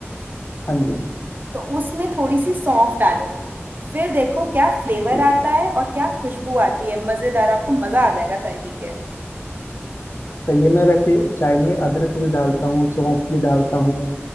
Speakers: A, on the left (about 60°); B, on the right (about 45°).
A: हाँ जी
B: तो उसमें थोड़ी सी सौंफ डालो फिर देखो क्या फ्लेवर
A: ठीक
B: आता
A: है
B: है और क्या खुशबू आती है मजेदार आपको मजा आ जाएगा चाय पी के
A: सही है मैं वैसे चाय में अदरक भी डालता हूँ सौंफ भी डालता हूँ